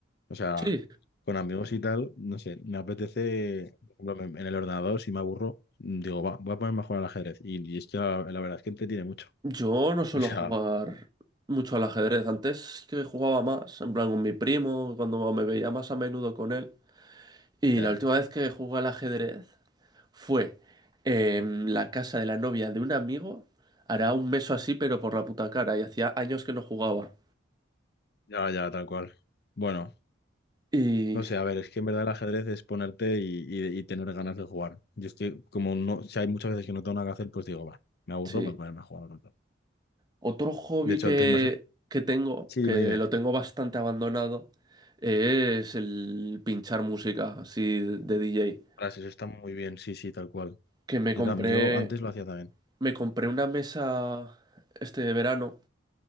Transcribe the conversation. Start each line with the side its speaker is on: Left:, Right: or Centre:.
Left: O sea,
Right: Sí,
Left: con amigos y tal, no sé, me apetece, por ejemplo, me- en el ordenador, si me aburro, mm, digo, va, voy a ponerme a jugar al ajedrez. Y, y es que la, la verdad es que entretiene mucho.
Right: Yo no suelo
Left: <laughs> O sea,
Right: jugar mucho al ajedrez. Antes que jugaba más, en plan con mi primo, cuando me veía más a menudo con él. Y
Left: ya,
Right: la última vez que jugué al ajedrez fue en la casa de la novia de un amigo. Hará un mes o así, pero por la puta cara. Y hacía años que no jugaba.
Left: ya, ya, tal cual. Bueno,
Right: Y
Left: no sé, a ver, es que en verdad el ajedrez es ponerte y, y- y tener ganas de jugar. Yo es que, como no, si hay muchas veces que no tengo nada que hacer, pues digo, va, me aburro,
Right: sí.
Left: voy a ponerme a jugar al otro.
Right: Otro hobby
Left: De hecho,
Right: que,
Left: antes más...
Right: que tengo,
Left: Sí,
Right: que
Left: dime, dime.
Right: lo tengo bastante abandonado, es el pinchar música así de DJ.
Left: Frases, eso está muy bien, sí, sí, tal cual.
Right: Que me
Left: Yo,
Right: compré.
Left: tam- yo antes lo hacía también.
Right: Me compré una mesa este verano